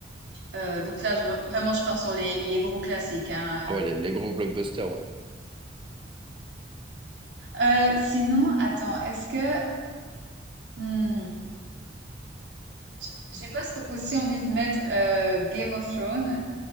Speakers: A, on the right; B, on the right.
A: Euh, donc là, je, vraiment, je pars sur les, les gros classiques. Hein,
B: Ah Ouais, les, les gros blockbusters, ouais.
A: euh. Euh, sinon, attends, est-ce que hmm, j- j'ai presque aussi envie de mettre euh, Game of Thrones,